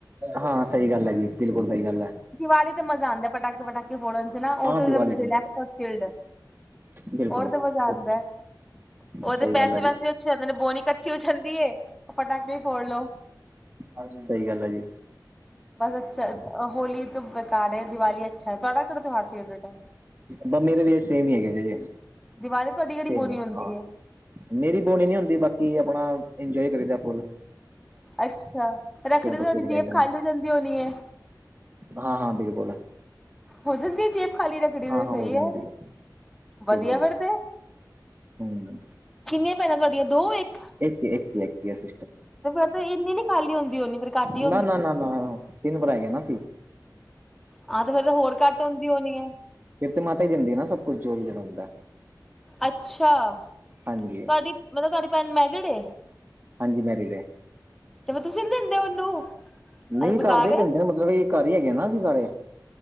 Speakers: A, on the right; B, in the centre.
A: ਹਾਂ ਸਹੀ ਗੱਲ ਹੈ ਜੀ ਬਿਲਕੁਲ ਸਹੀ ਗੱਲ ਹੈ।
B: ਦੀਵਾਲੀ ਤੇ ਮਜ਼ਾ ਆਂਦਾ ਪਟਾਕੇ ਪਟਾਕੇ ਫੋੜਨ ਚ ਨਾ ਉਹ
A: ਹਾਂ
B: ਤੇ
A: ਦੀਵਾਲੀ
B: ਰੇਲੈਕਸ
A: ਮਜ਼ਾ
B: ਔਰ ਚਿਲਡ
A: ਬਿਲਕੁਲ
B: ਹੋਰ ਤੇ ਮਜ਼ਾ ਆਉਂਦਾ।
A: ਉਹ
B: ਉਹਦੇ
A: ਸਹੀ
B: ਪੈਸੇ
A: ਗੱਲ ਹੈ ਜੀ
B: ਵੈਸੇ ਵੀ ਅੱਛੇ ਆਦੇ ਨੇ ਬੋਨਿ ਇਕੱਠੀ ਹੋ ਜਾਂਦੀ ਹੈ ਪਟਾਕੇ ਵੀ ਫੋੜ ਲੋ
A: ਹਾਂ ਸਹੀ ਗੱਲ ਹੈ ਜੀ
B: ਬਸ ਅੱਛਾ ਹੋਲੀ ਤਾਂ ਬੇਕਾਰ ਹੈ ਦੀਵਾਲੀ ਅੱਛਾ ਹੈ ਤੁਹਾਡਾ ਕਿਹੜਾ ਤਿਉਹਾਰ ਫੇਵਰੇਟ ਹੈ
A: ਬ ਮੇਰੇ ਲਿਏ ਸੇਮ ਹੀ ਹੈਗੇੇ
B: ਦੀਵਾਲੀ ਤੁਹਾਡੀ ਕਿਹੜੀ
A: ਸੇਮ
B: ਬੋਨੀ
A: ਹੀ
B: ਹੁੰਦੀ
A: ਹਾਂ
B: ਹੈ
A: ਮੇਰੀ ਬੋਣੀ ਨੀ ਹੁੰਦੀ ਬਾਕੀ ਆਪਣਾ ਇੰਜੋਏ ਕਰੀਈ ਦਾ ਫੁਲ
B: ਅੱਛਾ ਰੱਖੜੀ ਦੀ
A: ਪਟੂਕੇ
B: ਤੁਹਾਡੀ
A: ਵਜਾਈ
B: ਜੇਬ
A: ਦੇ
B: ਖਾਲ
A: ਨੇ
B: ਹੋ ਜਾਂਦੀ ਹੋਣੀ ਹੈ
A: ਹਾਂ ਹਾਂ ਬਿਲਕੁਲ ਹੈ
B: ਹੋ ਜਾਂਦੀ ਜੇ ਖਾਲੀ ਰੱਖੜੀ
A: ਹਾਂ
B: ਤੇ
A: ਹਾਂ
B: ਸਹੀ
A: ਹੋ ਜਾਂਦੀ
B: ਹੈ ਵਧੀਆ
A: ਬਿਲਕੁਲ
B: ਫਿਰਦੇ
A: ਹਮ
B: ਕਿੰਨੀਆਂ ਭੈਣਾ ਤੁਹਾਡੀਆਂ ਦੋ ਇੱਕ
A: ਇੱਕ ਇੱਕ ਇੱਕ ਸ
B: ਤੇ ਫਿਰ ਤਾਂ ਇੰਨੀ ਨੀ ਖਾਲੀ ਹੁੰਦੀ ਹੋਣੀ ਫਿਰ ਘੱਟ ਹੀ
A: ਨਾ ਨਾ ਨਾ ਨਾ ਤਿੰਨ ਭਰਾ ਹੈ ਇ ਨਾ ਅਸੀ
B: ਆਾਂ ਤੇ ਫੇਿਰ ਤਾਂ ਹੋਰ ਘੱਟ ਹੁੰਦੀ ਹੋਣੀ ਹੈ
A: ਫਿਰਰ ਤੇ ਮਾਤਾ ਹੀ ਦਿੰਦੀ ਹੈ ਨਾ ਸਭ ਕੁਛ ਜੋ ਵੀ ਦੇਨਾ ਹੁੰਦਾ ਏ
B: ਅੱਛਾ
A: ਹਾਂਜੀ
B: ਤੁਹਾਡੀ ਮਤਲਬ ਤੁਹਾਡੀ ਭੈਣ ਮੈਰਡ ਏ
A: ਹਾਂਜੀ ਮੱਰੀਏਡ ਏ
B: ਤੇ ਫੇਰ ਤੁਸੀਂ ਨਿ ਦਿੰਦੇ ਉਹਨੂੰ
A: ਨਹੀਂ
B: ਅ
A: ਘਰ
B: ਬੇਕਾਰ
A: ਦੇ ਹੀ
B: ਏ
A: ਦੇਂਦੇ ਹਨ ਮਤਲਬ ਘਰ ਹੀ ਹੈਗੇ ਨਾ ਅਸੀ ਸਾਰੇ